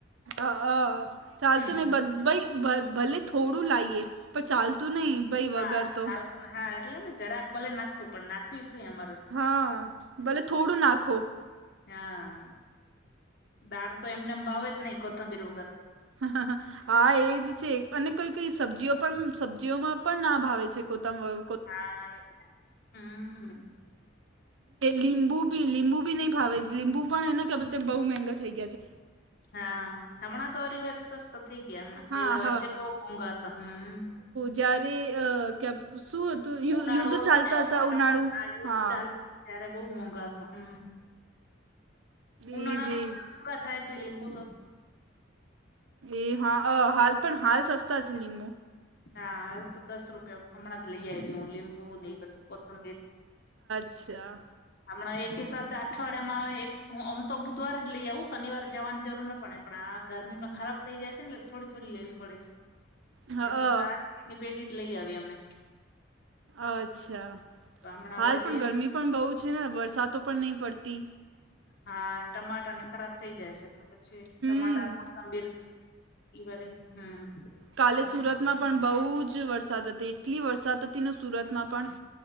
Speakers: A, on the right; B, on the left.
A: અ ચાલતુ
B: હમ
A: નહી ભાઈ ભલે થોડું લાઈએ. પણ ચાલતું નહી ભાઈ
B: હા
A: વગર તો
B: ચાલતું હા એટલે ને જરાક ભલે નાખવું પણ નાખવી છે. એમાં
A: હા ભલે થોડું નાખો.
B: હા દાળ તો એમનેમ ભાવે જ, નહી કોથમબીર વગર.
A: હ હ હા હા એજ છે અને કોઈ, કઈ સબ્જીઓ પણ સબ્જીઓમાં પણ ના ભાવે છે કોથમબીર
B: હા એ હમ.
A: લીંબુ લીંબુ ભી નહી ભાવે લીંબુ પણ એને કે બહુ મહેગા થઈ ગયા છે.
B: હા હમણાં તો હરિવાર સસ્તા થઇ ગયા હમણાં
A: હા
B: પેલા વચ્ચે
A: હા
B: બહ મોઘા હતા હમ
A: જયારે અ, શું હતું
B: ઉનાળો
A: યુદ્ધ
B: હતો
A: ચાલતા
B: ને
A: હતા
B: ઉનાળામાં
A: ઉનાળુ
B: આ યુદ્ધ
A: હા
B: ચાલતી ત્યારે બઉ મોંઘા હતો હમ ઉનાળામાં
A: એ જ
B: મોંઘા થાય છે લીંબુ તો
A: એ હા પણ હાલ સસ્તા છે. લીંબુ
B: હા હાલ તો દસ રૂપિયા હમણાં જ લઈ આવી હું લીંબુ ને બધું કોથમબીર.
A: અચ્છા
B: હમણાં એક સાથે, અઠવાડિયામાં એક તો બુધવારે જ લઈ આવવું શનિવારે જવાની જરૂર ન, પડે પણ આ ગરમીમાં ખરાબ થઇ જાય છે ને થોડી થોડી લેવી પડે છે
A: હ
B: નહીતર
A: અ
B: તો આઠ દિવસ ની ભેગી જ, લઈ આવી અમે
A: અચ્છા
B: તો હમણાં
A: હાલ
B: વરી
A: પણ
B: બે
A: ગરમી પણ બહુ છે, ને વરસાદ પણ નહીં પડતી.
B: હા ટમાટા ને ખરાબ થઈ જાય છે. એટલે પછી ટમાટા
A: હમ
B: એ બરી, હમ
A: કાલે સુરતમાં પણ બહુ જ વરસાદ હતી એટલી વરસાદ હતી, ને સુરતમાં પણ